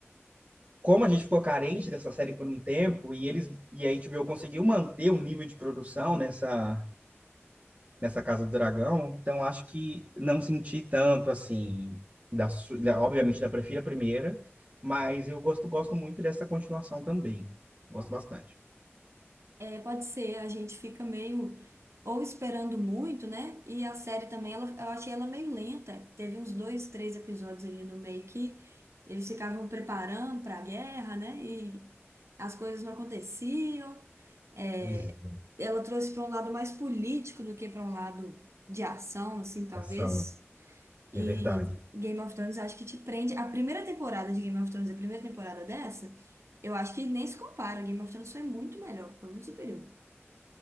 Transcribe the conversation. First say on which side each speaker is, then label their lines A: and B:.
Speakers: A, on the right (about 35°); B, on the right (about 80°).
A: como a gente ficou carente dessa série por um tempo e eles e a HBO conseguiu manter o nível de produção nessa nessa Casa do Dragão, então acho que não senti tanto assim, da, su- da- obviamente da prefiro a primeira, mas eu gosto gosto muito dessa continuação também. Gosto bastante.
B: É, pode ser, a gente fica meio ou esperando muito, né? E a série também, ela, eu achei ela meio lenta. Teve uns dois, três episódios ali no meio que eles ficavam preparando para a guerra, né? E as coisas não aconteciam. É,
A: Pois é,
B: ela trouxe para um lado mais político do que para um lado de ação, assim, talvez.
A: ação.
B: E
A: É verdade.
B: Game of Thrones acho que te prende. A primeira temporada de Game of Thrones, a primeira temporada dessa, eu acho que nem se compara. Game of Thrones foi muito melhor, foi muito superior.